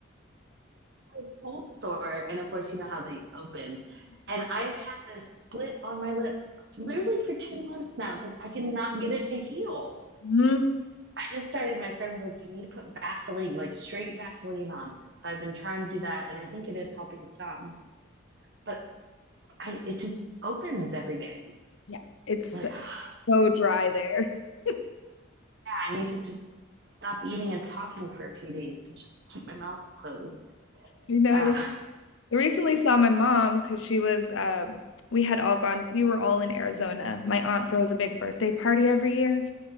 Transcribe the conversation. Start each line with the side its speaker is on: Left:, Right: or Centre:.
Right: like cold sore. And of course, you know how they open. And I've had this split on my lip literally for two months now because I cannot get it to heal.
Left: Mm-hmm.
Right: I just started, my friend was like, you need to put Vaseline, like straight Vaseline on it. So I've been trying to do that. And I think it is helping some, but I, it just opens every day.
Left: Yeah, it's
Right: Like, yeah,
Left: so dry there. <laughs>
Right: I need to just stop eating and talking for a few days to just keep my mouth closed.
Left: You know,
Right: Uh,
Left: I I recently saw my mom because she was, um, we had all gone, we were all in Arizona. My aunt throws a big birthday party every year.